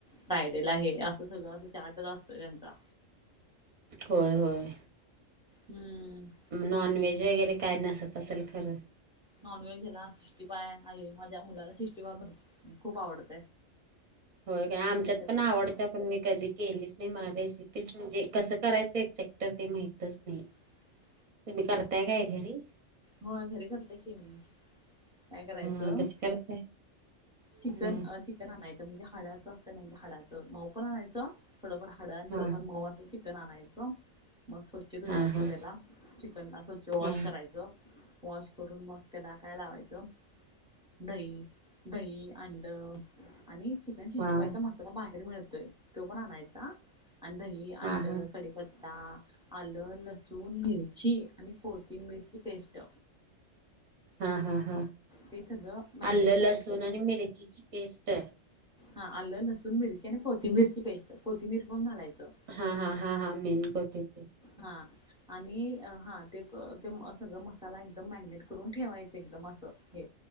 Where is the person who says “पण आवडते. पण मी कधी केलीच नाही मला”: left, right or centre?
Right